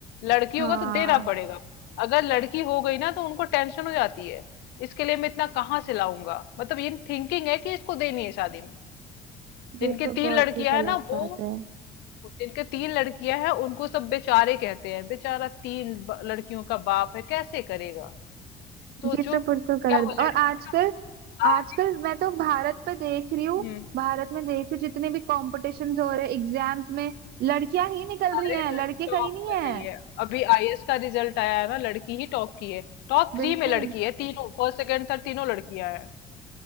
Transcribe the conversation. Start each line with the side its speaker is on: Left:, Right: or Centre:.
Left: लड़की
Right: हाँ
Left: होगा तो देना पड़ेगा अगर लड़की हो गई ना तो उनको टेंशन हो जाती है इसके लिए मैं इतना कहाँ से लाऊंगा मतलब ये थिंकिंग है कि इसको देनी है शादी में जिनके
Right: ये तो
Left: तीन
Right: बहुत
Left: लड़कियां
Right: ही गलत
Left: है ना वो
Right: बात है
Left: वो- इनके तीन लड़कियां हैं उनको सब बेचारे कहते हैं बेचारा तीन ब- लड़कियों का बाप है कैसे करेगा सोचो
Right: ये तो
Left: क्या
Right: बिल्कुल गलत
Left: वो
Right: और
Left: लड़कियां
Right: आजकल आजकल
Left: आगे
Right: मैं तो भारत पे देख रही हूँ
Left: हम्म
Right: भारत में देख रही हूँ जितने भी कॉम्पिटिशन्स हो रहे एग्जाम्स में लड़कियां ही निकल
Left: सारे
Right: रही हैं लड़के कहीं
Left: टॉप
Right: नहीं
Left: कर
Right: है
Left: रही है अभी आईएएस का रिजल्ट आया है ना लड़की ही टॉप की है टॉप थ्री
Right: बिल्कुल
Left: में लड़की है तीनों फर्स्ट सेकंड थर्ड तीनों लड़कियां हैं